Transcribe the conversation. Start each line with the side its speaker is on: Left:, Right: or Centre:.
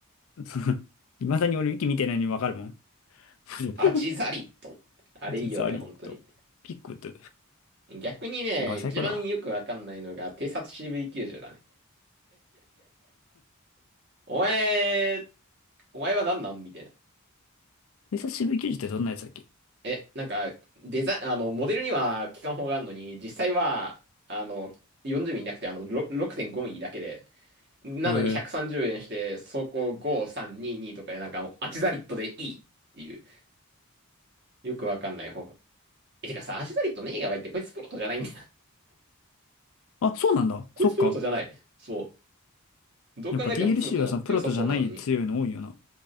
Left: <laughs> いまだに俺、ウィキ見てないのにわかるもん。<laughs>
Right: アチザリット。あれいいよね、
Left: 実はリット。
Right: 本当に。
Left: ピックと。
Right: 逆にね、
Left: やばい、
Right: 一番よくわかんないのが、
Left: 最高だわ。
Right: 偵察 CV90 だね。お前、お前は何なんみたいな。
Left: 偵察支部球児ってどんなやつだっけ
Right: え、なんか、デザイン、あの、モデルには機関砲があるのに、実際は、あの、40ミリなくて、あの、ろ6.5ミリだけで、なのに130円して、
Left: へえ。
Right: 走行5322とかでなんかもうアチザリットでいいっていう、よくわかんない方法。え、てかさ、アチザリットねえやばいって、こいつプロトじゃないんだよ。
Left: あ、そうなんだ。
Right: <laughs> こいつプロトじゃない。
Left: そっか。
Right: そう。どう考えてもプロト乗って良さそうなのに。
Left: やっぱ DLC はそのプロとじゃない強いの多いよな。